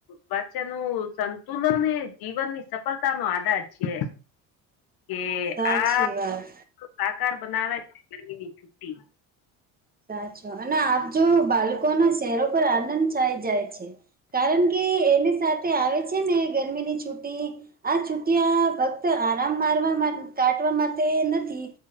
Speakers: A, on the left; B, on the right.
A: વચ્ચે નું સંતુલન એ જીવન ની સફળતા નો આધાર છે. કે
B: સાચી
A: આ
B: વાત
A: સાકાર બનાવે છે ગરમીની છુટ્ટી.
B: સાચો અને આપજો બાલકોના શહેરો પર આનંદ છાઈ જાય છે. કારણ કે એની સાથે આવે છે ને ગરમીની છુટી. આ છુટિયા ફક્ત આરામ મારવા માટ કાટવા માટે નથી